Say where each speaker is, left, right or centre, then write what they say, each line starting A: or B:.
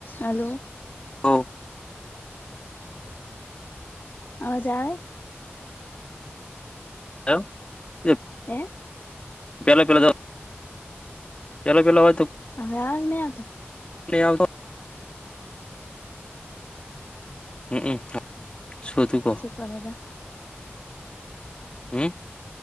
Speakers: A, on the left; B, on the left.
A: આલો.
B: ઓ.
A: અવાજ આવે?
B: હેલો, અ
A: હે
B: પેલા તો પેલા <unintelligible> તો
A: હવે, આગને તો
B: <unintelligible> તો હમ્મ, શું થયું?
A: <unintelligible>
B: હમ્મ,